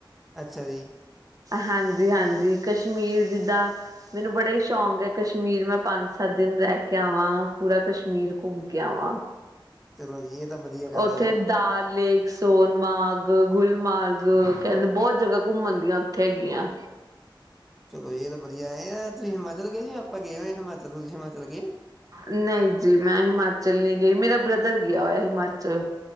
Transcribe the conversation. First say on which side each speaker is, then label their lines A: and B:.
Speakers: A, in the centre; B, on the right (about 45°).
A: ਅੱਛਾ ਜੀ।
B: ਹਾਂਜੀ- ਹਾਂਜੀ ਕਸ਼ਮੀਰ ਜਿੱਦਾਂ ਮੈਨੂੰ ਬੜਾ ਹੀ ਸ਼ੌਂਕ ਹੈ ਕਸ਼ਮੀਰ ਮੈਂ ਪੰਜ- ਸੱਤ ਦਿਨ ਰਹਿ ਕੇ ਆਵਾਂ ਪੂਰਾ ਕਸ਼ਮੀਰ ਘੁੰਮ ਕੇ ਆਵਾਂ,
A: ਚਲੋ ਜੀ ਇਹ ਤਾਂ ਵਧੀਆ ਗੱਲ
B: ਉੱਥੇ
A: ਹੈ ਜੀ
B: ਦਾਲ ਲੇਕਸ ਸੋਨਮਾਰਗ, ਗੁਲਮਾਰਗ ਕਹਿੰਦੇ ਬਹੁਤ ਜਗਾ ਘੁੰਮਣ ਦੀਆਂ ਉੱਥੇ ਹੈਗੀਆਂ।
A: ਚਲੋ ਇਹ ਤਾਂ ਵਧੀਆ, ਐ ਹਾ ਤੁਸੀਂ ਹਿਮਾਚਲ ਗਏ ਜੀ ਆਪਾਂ ਗਏ ਹੋਏ ਹਿਮਾਚਲ, ਤੁਸੀਂ ਹਿਮਾਚਲ ਗਏ?
B: ਨਹੀਂ ਜੀ, ਮੈਂ ਹਿਮਾਚਲ ਨਹੀਂ ਗਈ ਮੇਰਾ ਬ੍ਰਦਰ ਗਿਆ ਹੋਇਆ ਹਿਮਾਚਲ।